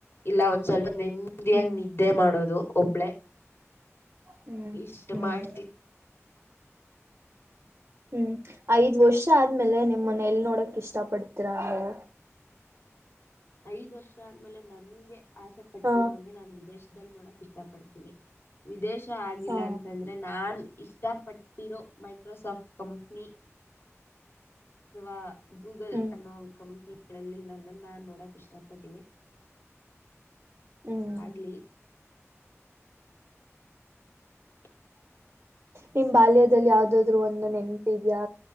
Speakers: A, on the left; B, on the right.
A: ಇಲ್ಲ ಒಂದ್ ಸ್ವಲ್ಪ ನೇಮ್ದಿಯಾಗ
B: ಹ್ಮ್
A: ನಿದ್ದೆ ಮಾಡೋದು ಒಬ್ಳೆ.
B: ಹ್ಮ್
A: ಇಷ್ಟ
B: ಹ್ಮ್
A: ಮಾಡ್ತಿೀ
B: ಹ್ಮ್ ಐದ್ ವರ್ಷ ಆದ್ಮೇಲೆ ನಿಮ್ ಮನೆ ಎಲ್ ನೋಡಕ್ ಇಷ್ಟ ಪಡ್ತೀರಾ ನೀವು.
A: ಐದ್ ವರ್ಷ ಆಮೇಲೆ ನಂಗೆ ಆಸೆ ಪಟ್ಟಿರೋ
B: ಹ
A: ಹಂಗೆ, ನಾನ್ ವಿದೇಶದಲ್ಲಿ ನೋಡಕ್ ಇಷ್ಟ. ಇಷ್ಟಪಡತಿವಿ. ವಿಿದೇಶ ಇಷ್ಟ ಆಗಿಲ್ಲ.
B: ಹಾ
A: ಅಂತಂದ್ರೆ ನಾನ್ ಇಷ್ಟಪಟ್ಟಿರೋ ಮೈಕ್ರೋಸಾಫ್ಟ್ ಕಂಪ್ನಿ, ವಾ, ಗೂಗಲ್
B: ಹ್ಮ್
A: ಅನ್ನೋ ಒಂದು ಕಂಪ್ನಿ, ಅದ್ರಲ್ಲಿ ನನ್ನನ್ನ ನೋಡಕ್ ಇಷ್ಟಪಡ್ತೀನಿ.
B: ಹ್ಮ್
A: ಅದ ಆಗ್ಲಿ <unintelligible>
B: ನಿಮ್ ಬಾಲ್ಯದಲ್ಲಿ ಯಾವ್ದಾದ್ರು ಒಂದು ನೆನ್ಪ ಇದ್ಯಾ.